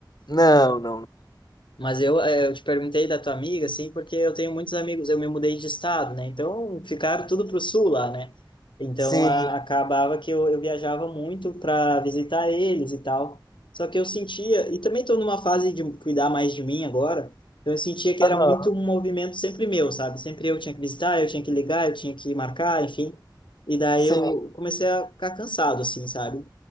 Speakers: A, on the left; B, on the left.
A: Não, não.
B: Mas eu, eh, eu te perguntei da tua amiga, assim, porque eu tenho muitos amigos, eu me mudei de estado, né? Então ficaram tudo pro sul lá, né? Então
A: Sim,
B: a, acabava que eu, eu viajava muito para visitar eles e tal. Só que eu sentia, e também estou numa fase de cuidar mais de mim agora, então eu sentia que
A: aham,
B: era muito um movimento sempre meu, sabe? Sempre eu tinha que visitar, eu tinha que ligar, eu tinha que marcar, enfim. E daí
A: sim,
B: eu comecei a ficar cansado, assim, sabe?